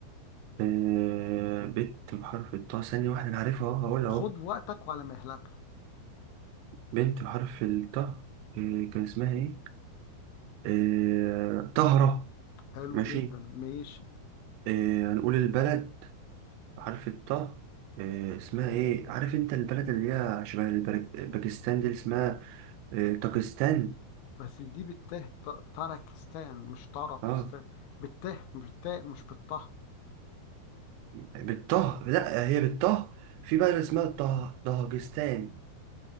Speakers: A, on the right; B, on the left.
A: إيه بنت بحرف الطه ثانية واحدة انا عارفها اهو هقولها
B: خد
A: اهو
B: وقتك وعلى مهلك
A: بنت بحرف الطه إيه كان اسمها ايه؟ إيه طهرة
B: حلو
A: ماشي
B: جدا ماشي
A: إيه هنقول البلد عارف الطه آه، اسمها ايه عارف انت البلد اللي هي شبه البر- باكستان دي اللي اسمها آه، طاقستان
B: بس دي بالته ط- تركستان مش طرقستان
A: اه
B: بالته مش بالتاء مش بالطه
A: بالطه لا هي بالطه في بلد اسمها طه طهجستان